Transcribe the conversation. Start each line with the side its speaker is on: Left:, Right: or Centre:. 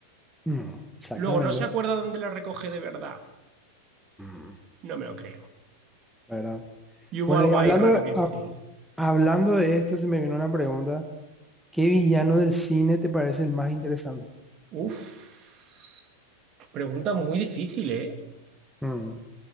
Centre: Mm, exactamente.
Right: Luego, no se acuerda dónde la recoge de verdad.
Centre: Mm,
Right: No me lo creo.
Centre: ¿verdad?
Right: Y hubo
Centre: Bueno,
Right: algo
Centre: y hablando,
Right: ahí raro que dije,
Centre: ha- hablando de esto, se me vino una pregunta. ¿Qué villano del cine te parece el más interesante?
Right: uff, pregunta muy difícil, ¿eh?
Centre: Mm.